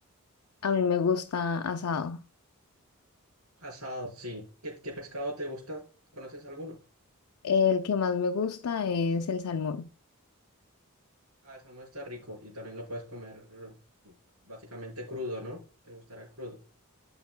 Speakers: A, on the left; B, on the right.
A: A mí me gusta asado.
B: Asado, sí. ¿Qué, qué pescado te gusta? ¿Conoces alguno?
A: El que más me gusta es el salmón.
B: Ah, el salmón está rico y también lo puedes comer mm, básicamente crudo, ¿no? ¿Te gustará crudo?